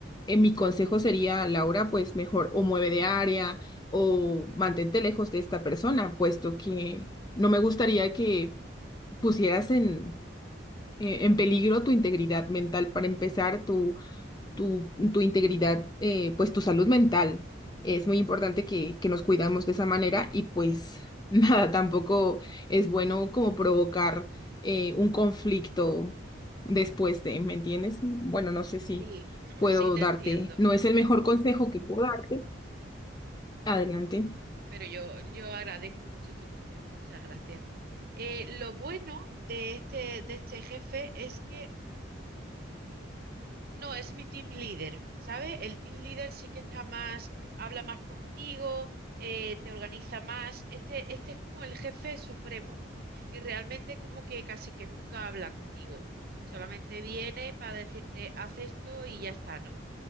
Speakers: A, on the left (about 20°); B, on the right (about 50°).
A: eh, mi consejo sería, Laura, pues mejor o mueve de área o mantente lejos de esta persona, puesto que no me gustaría que pusieras en, eh, en peligro tu integridad mental para empezar tu tu, tu integridad, eh, pues tu salud mental. Es muy importante que, que nos cuidamos de esa manera y pues <laughs> nada, tampoco es bueno como provocar eh, un conflicto después de, ¿me entiendes? Bueno, no sé si
B: Sí, <clears throat>
A: puedo
B: sí te
A: darte,
B: entiendo.
A: no es el mejor consejo que puedo darte. Adelante.
B: Pero yo, yo agradezco mucho tu consejo, muchas gracias. Eh, lo bueno de este, de este jefe es que no es mi team leader, ¿sabes? El team leader sí que está más, mm, habla más contigo, eh, te organiza más. Este, este es como el jefe supremo y realmente como que casi que nunca habla conmigo. Solamente viene para decirte, haz esto y ya está, ¿no?